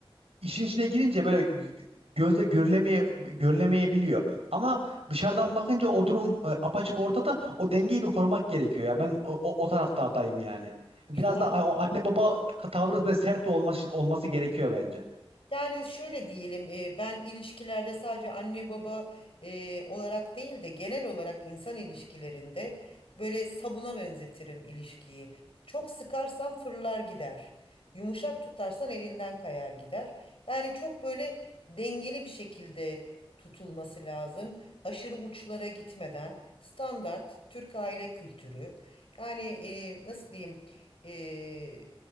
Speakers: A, on the right; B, on the left.
A: işin içine girince böyle g- gözle görülemeye görülemeyebiliyor. Ama dışarıdan bakınca o durum e, apaçık ortada. O dengeyi bir korumak gerekiyor ya. Ben o, o, o taraftardayım yani. Biraz
B: İşte
A: da a- o anne baba tavrı ve sert olması olması gerekiyor bence.
B: Yani şöyle diyelim, e, ben ilişkilerde sadece anne baba e, olarak değil de genel olarak insan ilişkilerinde böyle sabuna benzetirim ilişkiyi. Çok sıkarsan fırlar gider. Yumuşak tutarsan elinden kayar gider. Yani çok böyle dengeli bir şekilde tutulması lazım. Aşırı uçlara gitmeden standart Türk aile kültürü. Yani e, nasıl diyeyim? E,